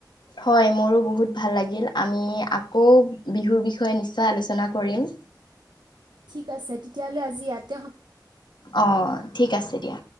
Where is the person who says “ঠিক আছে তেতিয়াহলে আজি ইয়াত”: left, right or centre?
Right